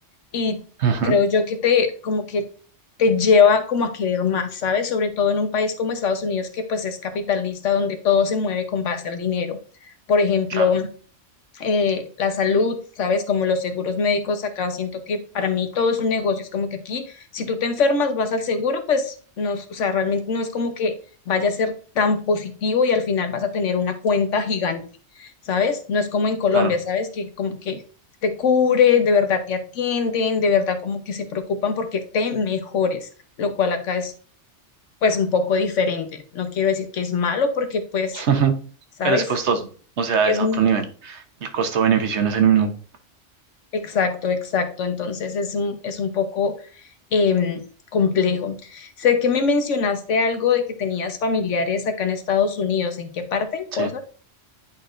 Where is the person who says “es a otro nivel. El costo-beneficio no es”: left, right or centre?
Right